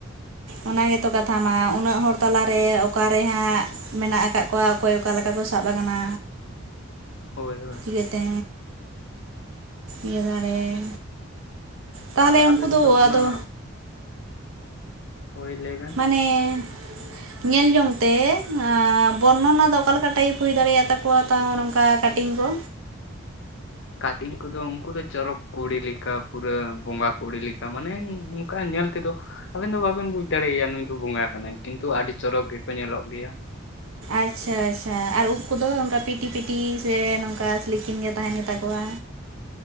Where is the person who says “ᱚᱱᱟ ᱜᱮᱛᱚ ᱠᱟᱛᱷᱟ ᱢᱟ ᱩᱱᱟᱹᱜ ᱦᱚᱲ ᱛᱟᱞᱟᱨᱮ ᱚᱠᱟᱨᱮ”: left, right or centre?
Right